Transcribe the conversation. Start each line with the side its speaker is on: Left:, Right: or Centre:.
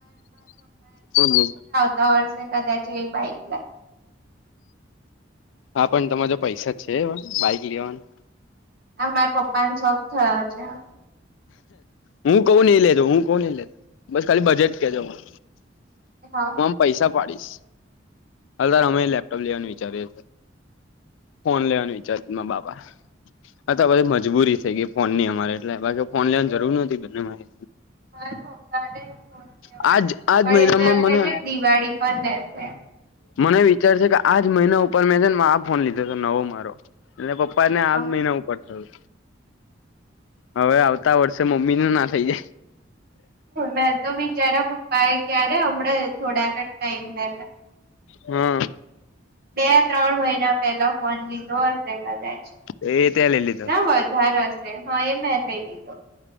Left: હમ હમ.
Right: તા વર્ષે કદાચ એ બાઈક લાઈ
Left: હા, પણ તમાર જોડ પૈસા છે એવા બાઈક લેવાનું?
Right: આ માર પપ્પાન શોખ થયો છે હવ.
Left: હું કવ ન એ લેજો, હું કવ ન એ લેજો, બસ ખાલી બજેટ કેજો મન.
Right: એ હઅ.
Left: પૈસા પાડીશ, હાલ તાર અમેય લેપટોપ લેવાનું વિચારીએ ફોન લેવાનું વિચાર માર બાપા. આ તો આ બધી મજબૂરી થઈ ગઈ, ફોનની અમારે એટલે બાકી ફોન લેવાની જરૂર નતી <unintelligible> મારે.
Right: માર પપ્પાને ફોન લેવાનું
Left: આજ
Right: છે
Left: આજ
Right: પણ
Left: મહિનામાં
Right: એ તો એમ
Left: મને
Right: કે છે દિવાળી પણ લેશે.
Left: મને વિચાર છે કે આજ મહિના ઉપર મે છે ન આ ફોન લીધો તો નવો મારો. એટલે પપ્પાને આજ
Right: હા
Left: મહિના ઉપર થયું, હવે આવ- - તા વર્ષે મમ્મીનું ના થઈ જાય.
Right: મેં તો બિચારા પપ્પા એ ક્યારે હમણાં થોડાક જ ટાઈમ પેલા- -
Left: હમ્મ.
Right: બે-ત્રણ મહિના પહેલા ફોન લીધો હશે કદાચ.
Left: એ તે લઈ લીધો
Right: ના વધાર હ શે. હઅ, એ મેં લઈ લીધો